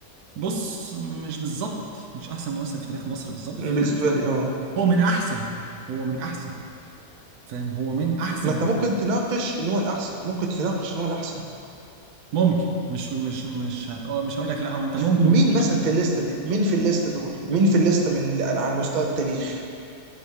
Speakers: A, on the right (about 70°); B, on the right (about 55°).
A: بص مش بالظبط مش احسن ممثل في تاريخ مصر بالظبط
B: بالنسبه
A: في
B: لي اه
A: هو من احسن هو من احسن فاهم هو من احسن
B: ما انت ممكن تناقش ان هو الاحسن ممكن تناقش ان هو الاحسن
A: ممكن مش مش مش هت... آه، مش هقول لك لا هو انت ممكن
B: مين
A: تتناقش.
B: مثلا في الليسته دي مين في الليسته دول مين في الليسته من على مستوى التاريخ